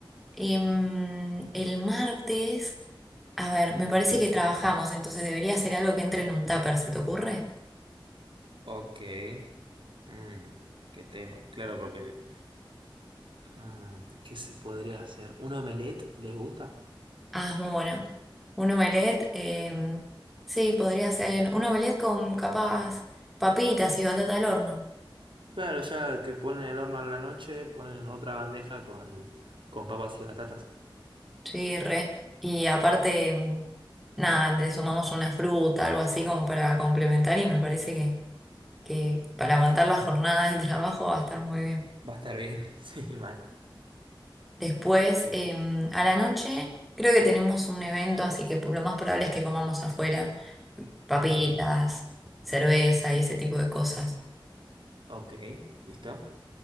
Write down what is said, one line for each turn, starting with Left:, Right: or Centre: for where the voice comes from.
Centre: Em, el martes. A ver, me parece que trabajamos, entonces debería ser algo que entre en un tupper, ¿se te ocurre?
Right: Ok. Mm, qué tema. Claro, porque... mm, ¿qué se podría hacer? ¿Un omelette les gusta?
Centre: Ah, es muy bueno. Un omelette, em, sí, podría ser un omelette con capaz papitas y batata al horno.
Right: Claro, ya que ponen el horno a la noche, ponen otra bandeja con, con papas y batatas.
Centre: Sí, re. Y aparte, em, nada, le sumamos una fruta, algo así como para complementar y me parece que, que para aguantar la jornada de <laughs> trabajo va a estar muy bien.
Right: Va a estar bien, <laughs> sí, mal.
Centre: Después,
Right: Sí.
Centre: em, a la noche, creo que tenemos un evento, así que lo más probable es que comamos afuera. papitas,
Right: Ok,
Centre: cerveza y ese tipo de cosas.
Right: ok, listo.